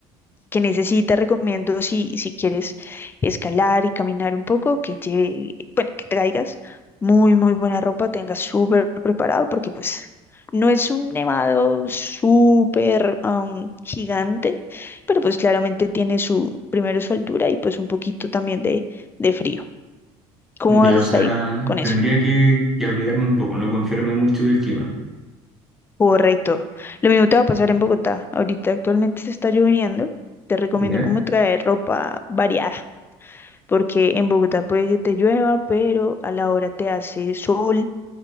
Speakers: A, on the left; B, in the centre.
A: que necesita, recomiendo si, si quieres escalar y caminar un poco, que lleve, bueno, que traigas muy, muy buena ropa, tengas súper preparado, porque pues no es un nevado súper am, gigante, pero pues claramente tiene su, primero su altura y pues un poquito también de, de frío. ¿Cómo
B: Ya,
A: vas a estar
B: o sea,
A: ahí con eso?
B: tendría que, que abrigarme un poco, no confiarme mucho del clima.
A: Correcto. Lo mismo te va a pasar en Bogotá. Ahorita actualmente se está lloviendo. Te recomiendo
B: ¿Ya?
A: como traer ropa variada porque en Bogotá puede que te llueva, pero a la hora te hace sol,